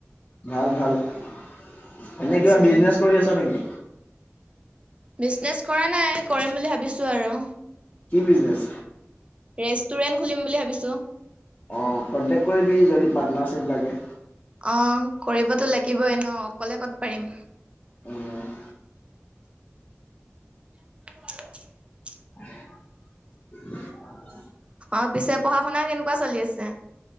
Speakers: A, on the left; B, on the right.
A: ভাল-ভাল <inaudible> এনেই
B: আচ্ছা।
A: কিবা বিজনেচ কৰি আছ নেকি?।
B: বিজনেচ কৰা নাই, কৰিম বুলি ভাবিছো আৰু।
A: কি বিজনেছ
B: ৰেষ্টুৰেন্ট খুলিম বুলি ভাবিছো।
A: অ', কণ্টেক্ট কৰিবি যদি পাৰ্টনাৰশ্বিপ লাগে।
B: অ', কৰিবতো লাগিবই ন অকলে ক'ত পাৰিম।
A: উম <inaudible>
B: <inaudible>
A: <inaudible>
B: আৰু পিছে পঢ়া শুনা কেনেকুৱা চলি আছে?।